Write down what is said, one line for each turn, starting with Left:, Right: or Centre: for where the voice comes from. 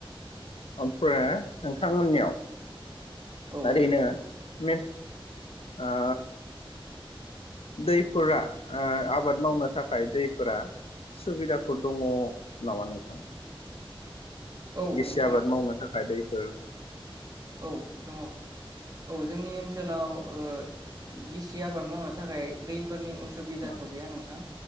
Left: ओमफ्रे नोंथांमोननियाव
Right: औ
Left: ओरैनो मेस ओ दैफोरा ओ आबाद मावनो थाखाय दैफोरा सुबिदाफोर दङ नामा नोंथां?
Right: औ
Left: गिसि
Right: नोंथां
Left: आबाद मावनो थाखाय दै। <unintelligible>
Right: औ दङ। औ जोंनि ओनसोलाव ओ गिसि आबाद मावनो थाखाय बे फोरनि असुबिदाथ'
Left: ओम
Right: गैया नोंथां